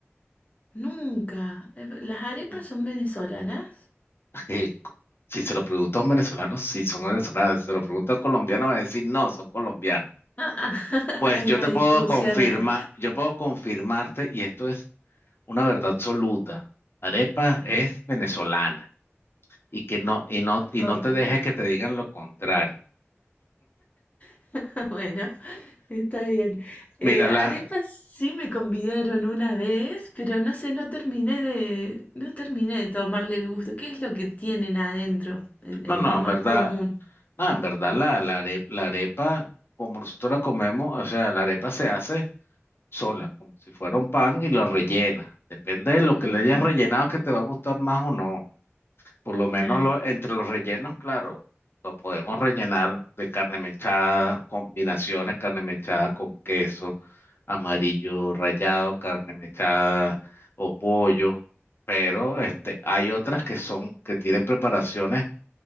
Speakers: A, on the left; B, on the left.
A: nunca. Eh, ¿Las arepas
B: Mm,
A: son venezolanas?
B: Eh, co- si se lo pregunto a un venezolano, sí son venezolanas. Si se lo pregunto a un colombiano, va a decir, no, son colombianas.
A: Ah, ah, <laughs>
B: Pues
A: hay
B: yo
A: una
B: te
A: discusión
B: puedo confirmar,
A: ahí.
B: yo puedo confirmarte, y esto es una verdad absoluta. Arepa es venezolana y que no, y no, y
A: Ok.
B: no te dejes que te digan lo contrario.
A: <laughs> Bueno. Está bien. Eh,
B: Mira,
A: arepas
B: la,
A: sí me convidaron una vez, pero no sé, no terminé de, no terminé de tomarle el gusto. ¿Qué es lo que tienen adentro? Eh,
B: no,
A: eh,
B: no,
A: lo
B: en
A: más
B: verdad.
A: común.
B: Ah, en verdad, la, la arepa, la arepa, como nosotros la comemos, o sea, la arepa se hace sola, como si fuera un pan y la rellena. Depende de lo
A: Ujú,
B: que le hayas rellenado que te va a gustar más o no. Por lo menos
A: claro.
B: lo- entre los rellenos, claro, lo podemos rellenar de carne mechada, combinaciones, carne mechada con queso, amarillo rallado, carne mechada o pollo. Pero este, hay otras que son, que tienen preparaciones